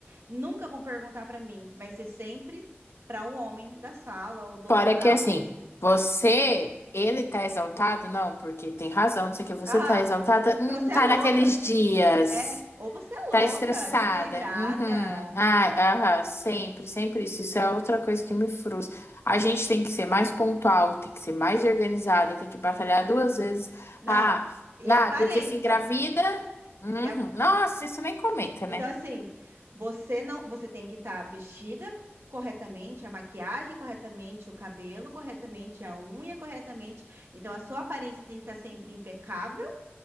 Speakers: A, on the right (about 70°); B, on the left (about 70°).
A: Nunca vão perguntar para mim, vai ser sempre para o homem da sala ou do local.
B: Fora que assim, você, ele tá exaltado? Não, porque tem razão, não sei o que, você
A: Ah,
B: tá exaltada?
A: é, porque
B: Hum,
A: você
B: tá
A: é louca.
B: naqueles dias.
A: É, ou você é
B: Tá
A: louca,
B: estressada.
A: desequilibrada.
B: Uhum. Ah, aham, sempre, sempre isso. Isso é outra coisa que me frustra. A gente tem que ser mais pontual, tem que ser mais organizada, tem que batalhar duas vezes.
A: Não,
B: Ah,
A: e
B: ah,
A: a aparência.
B: porque se engravida. Uhum.
A: E a-
B: Nossa, isso nem comenta,
A: Então
B: né?
A: assim, você não, você tem que estar vestida corretamente, a maquiagem corretamente, o cabelo corretamente, a unha corretamente. Então a sua aparência tem que estar sempre impecável